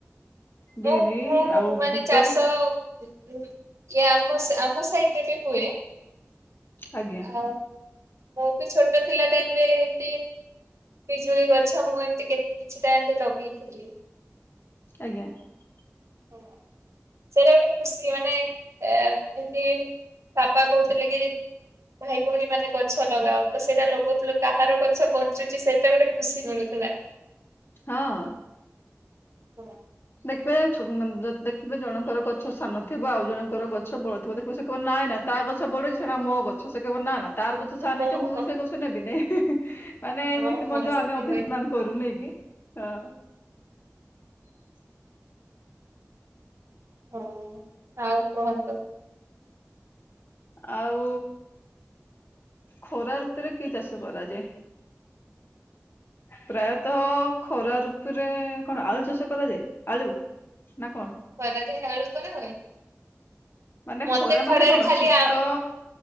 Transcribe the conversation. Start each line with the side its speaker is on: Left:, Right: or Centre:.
Right: ହଁ
Left: ବିରି
Right: ମୁଁ ମୁଁ
Left: ଆଉ
Right: ମାନେ
Left: ବୁଟ
Right: ଚାଷ ଇଏ ଆମ ଆମ ସାଇଟ୍ ରେ ବି ହୁଏ।
Left: ଆଜ୍ଞା।
Right: ଆଉ ମୋ ବି ଛୋଟ ଥିଲା ଟାଇମ୍ ରେ ଏମ୍ତି। ପିଜୁଳି ଗଛ ମୁଁ ଏମତି କେ କିଛିଟା ଏବେ ଲଗେଇଥିଲି।
Left: ଆଜ୍ଞା। ?
Right: ହଁ ସେଇଟା ଗୋଟେ ଖୁସି ମାନେ ଏ ଏମତି ବାପା କହୁଥିଲେ କି ଭାଇ ଭଉଣୀ ମାନେ କ ଗଛ ଲଗାଅ ତ ସେଇଟା ଲଗଉଥିଲୁ କାହାର ଗଛ ବଞ୍ଚୁଛି ସେଇଟା ଗୋଟେ ଖୁସି ମିଳୁଥିଲା।
Left: ହଁ।
Right: ହୁଁ।
Left: ଦେଖିବେ <unintelligible> ଦେଖିବେ ଜଣଙ୍କର ଗଛ ସାନ ଥିବ ଆଉ ଜଣଙ୍କର ଗଛ ବଡ ଥିବ ଦେଖିବ ସିଏ କହିବ ନାଇଁ ନାଇଁ ତା ଗଛ ବଢୁଛି ସେଟା ମୋ ଗଛ ସେ କହିବ ନା ନା ତାର ଗଛ ସାନ
Right: ହଁ
Left: ହେଇଥିବା ମୁଁ ସେ ଗଛ ନେବିନି। ମାନେ ଏମିତି
Right: ହଁ ହଁ
Left: ମଧ୍ୟ
Right: ସେମିତି
Left: ଆମେ ଅଭିମାନ
Right: ହୁଏ
Left: କରୁ ନିକି ହଁ। ?
Right: ହଁ ଆଉ କୁହନ୍ତୁ।
Left: ଆଉ ଖରା ଋତୁରେ କି ଚାଷ କରାଯାଏ? ପ୍ରାୟତଃ ଖରା ଋତୁରେ କଣ ଆଳୁ ଚାଷ କରାଯାଏ ଆଳୁ ନା କଣ?
Right: ଖରାରେ ଆଳୁ କରା ହୁଏ?
Left: ମାନେ
Right: ମତେ
Left: ଖରା
Right: ଖରାରେ
Left: ମାନେ କଣ
Right: ଖାଲି
Left: ଶୀତ
Right: ଆ